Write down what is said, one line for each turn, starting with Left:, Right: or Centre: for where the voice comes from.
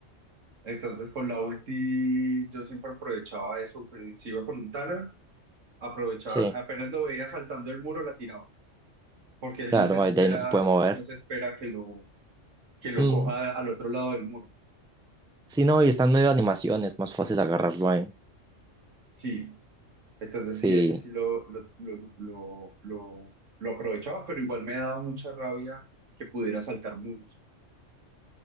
Right: Entonces con la ulti yo siempre aprovechaba eso, pues, si iba con un Talon, aprovechaba,
Centre: Sí,
Right: apenas lo veía saltando el muro, la tiraba, porque él
Centre: claro,
Right: no se espera,
Centre: ahí de ahí no se puede mover.
Right: no se espera que lo que lo
Centre: Mm.
Right: coja al otro lado del muro.
Centre: Sí, no, y está en medio de animación, es más fácil agarrarlo en.
Right: Sí, entonces
Centre: Sí.
Right: sí, ese sí lo, lo, lo, lo, lo, lo aprovechaba, pero igual me daba mucha rabia que pudiera saltar muros,